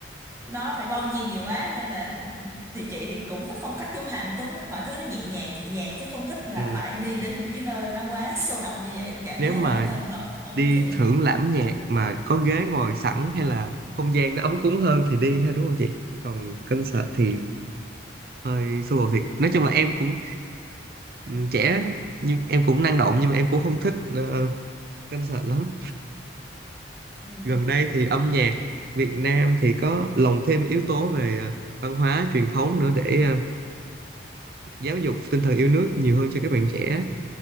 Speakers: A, on the right (about 15°); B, on the right (about 55°).
A: nó phải bon chen nhiều quá nên là thì chị thì cũng thích phong cách giống Hà Anh Tuấn á mọi thứ nó nhẹ nhàng nhẹ nhàng chứ không thích là
B: ừ.
A: phải đi đến những cái nơi nó quá sôi động như vậy cảm
B: Nếu
A: thấy
B: mà
A: là nó hơi ngợp ở
B: đi
A: với chị
B: thưởng lãm nhạc mà có ghế ngồi sẵn hay là không gian nó ấm cúng hơn thì đi ha đúng không chị? Còn concert thì hơi xô bồ thiệt. Nói chung là em cũng ừ, trẻ nhưng em cũng năng động nhưng mà em cũng không thích ờ, concert lắm.
A: ừ
B: Gần đây thì âm
A: Ờ,
B: nhạc Việt Nam thì có lồng thêm yếu tố về ờ, văn hóa truyền thống nữa để ờ, giáo dục tinh thần yêu nước nhiều hơn cho các bạn trẻ